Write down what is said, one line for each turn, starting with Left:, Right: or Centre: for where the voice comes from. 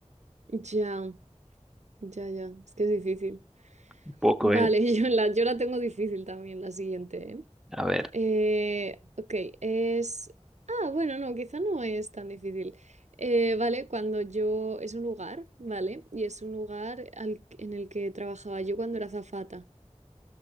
Right: ya, ya, ya, es que es difícil.
Centre: Un poco,
Right: Vale,
Centre: eh.
Right: <laughs> yo la, yo la tengo difícil también, la siguiente, ¿eh?
Centre: A ver.
Right: Eh, ok, es... Ah, bueno, no, quizá no es tan difícil. Eh, vale, cuando yo... Es un lugar, ¿vale? Y es un lugar al- en el que trabajaba yo cuando era azafata.